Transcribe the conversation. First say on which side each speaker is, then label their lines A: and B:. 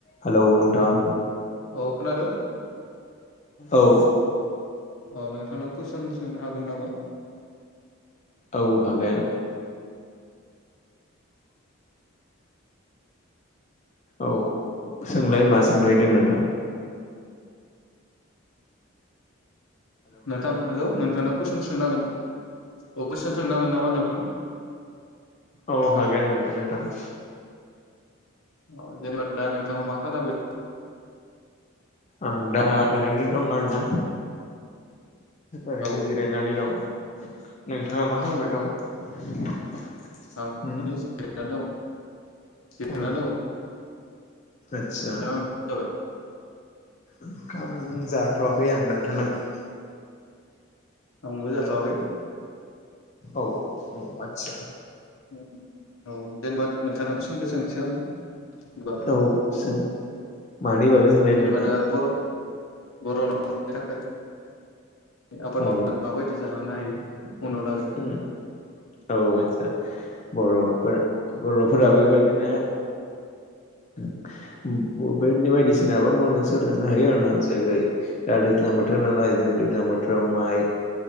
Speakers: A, on the left (about 35°); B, on the left (about 85°).
A: Hello नोंथां।
B: औ खोनादों
A: औ।
B: अह नोंथांनाव कुइसन सोंनो हागोन नामा।
A: औ हागोन औ। सोंलाय
B: नोंथां
A: मा सोंनायदो नोंथां। <inaudible>
B: नोंथां हेलौ नोंथांनाव कुइसन सोंनो हागोना, अ कुइसन सोंनो हागोन नामा नोंथां?
A: औ हागोन हागोन नोंथां।
B: औ जेनेबा दा नोंथाङा मा खालामो? <inaudible>
A: आं दा ओरैनो दं आरोना। ओरैनो
B: औ
A: जिरायनानै दं। नों ङा मा खालामबाय दं? <unintelligible>
B: आं बिदिनो जिरायना <inaudible> जिरायना
A: उम
B: दङ'?
A: आदसा
B: नोंथां जाबाय?
A: ओंखाम जाथ'वाखै आं, नोंथाङालाय?
B: आंबो जाथ'वाखै।
A: औ औ आथसा।
B: ओम औ दे होनबा नोंथांनाव कुइसनखौ सोंसै आङो। जेनेबा
A: औ सों। मानि बागै सोंनायदो
B: जेनेबा
A: नोंथाङा?
B: दा बर' बर' नखरनि थाखाय आबाद
A: औ
B: माव <unintelligible> माबायदि जागोन? नायो। उनाव लागै
A: उम औ आदसा बर'फोर बर'फोरा बेबायदिनो <unintelligible> बायदिसिना आबाद मावनानै सोलिलांनो हायो आरो ना जेरै दा दैज्लां बोथोर नालाय जों दैज्लां बोथोराव माइ,